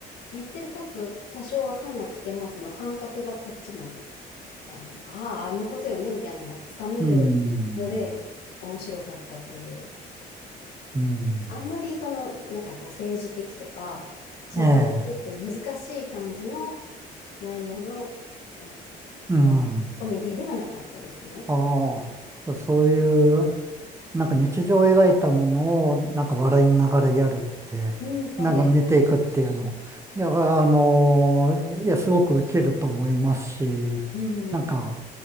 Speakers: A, on the left; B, on the right.
A: 言ってること多少わかんなくても、その感覚がこっちも、あの、ああ、あのことよね、みたいなのがつかめる
B: うん、
A: ので、面白かったっていう。
B: うん、
A: あんまりこの、なんかこう政治的とか、そういうちょっと難しい感じの
B: ええ、
A: 内容の、あ
B: うん。
A: と、コメディではなかったですね。
B: ああ、そういう、なんか日常を描いたものを、なんか笑いながらやるって、
A: うん、そうです。
B: なんか見ていくっていうの。いや、あの、いや、すごくウケると思いますし、
A: うん、
B: なんか、